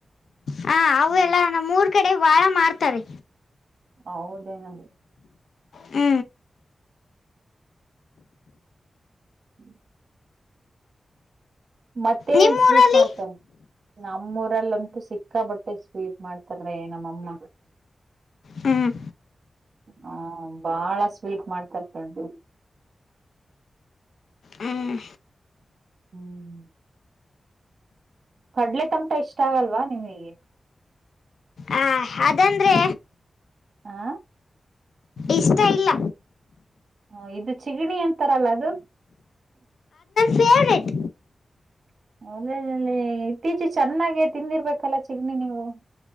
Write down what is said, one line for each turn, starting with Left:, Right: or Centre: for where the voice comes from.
Left: ಹಾ ಅವೆಲ್ಲ
Right: ಹ್ಮ್,
Left: ನಮ್ಮ ಮೂರ್ ಕಡೆ ಬಾಳ ಮಾಡ್ತಾರೆ
Right: ಹೌದೇನ
Left: ಹ್ಮ
Right: ಹ್ಮ್ ಮತ್ತೆ
Left: ನಿಮ್ಮೂರಲ್ಲಿ
Right: ನನ್ ಸ್ವೀಟ್ ಮಾಡ್ತಾರ ನಮ್ಮೂರ್ ಅವ್ರಲ್ಲಂತೂ ಸಿಕ್ಕಾ ಬಟ್ಟೆ ಸ್ವೀಟ್ ಮಾಡ್ತಾರ ನಮ್ಮಮ್ಮ
Left: ಹ್ಮ್
Right: ಹ್ಮ ಬಾಳ ಸ್ವೀಟ್ ಮಾಡ್ತರ್ತು
Left: ಹ್ಮ್
Right: ಹ್ಮ್ ಕಡ್ಲೆ ತಂಟ ಇಷ್ಟ ಆಗಲ್ವಾ ನಿಮ್ಗೆ
Left: ಆ, ಅದಂದ್ರೆ
Right: ಹಾ
Left: ಇಷ್ಟ ಇಲ್ಲ
Right: ಹ ಇದು ಚಿಗಣಿ ಅಂತಾರಲ್ಲ ಅದು
Left: ಫೆವ್ರೈಟ್
Right: ಅ ಇತ್ತೀಚೆ ಚೆನ್ನಾಗೆ ತಿಂದಿರ್ಬೇಕಲ್ಲ ಚಿಗ್ಣಿ ನೀವು